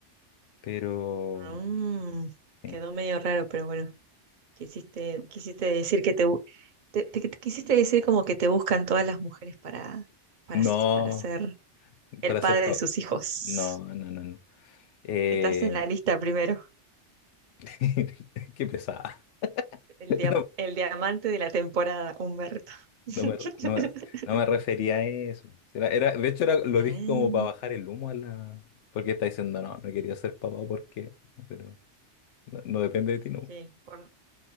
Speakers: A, on the left; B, on the right.
A: Pero,
B: Ah, mm,
A: sí.
B: quedó medio raro, pero bueno, quisiste, quisiste decir que te, bu- te- te- te quisiste decir como que te buscan todas las mujeres para, para,
A: No,
B: s- para ser el
A: para
B: padre
A: ser papá,
B: de sus hijos.
A: no, no, no, no. Eh,
B: Estás en la lista primero,
A: <laughs> qué pesada.
B: el dia-
A: No,
B: el diamante de la temporada, Humberto.
A: no
B: <laughs>
A: me, re- no me, re- no me refería a eso. Era, era- de hecho, era, lo
B: Ah.
A: dije como para bajar el humo a la... Porque está diciendo, no, no quería ser papá porque... Pero no, no depende de ti, no.
B: Sí, por,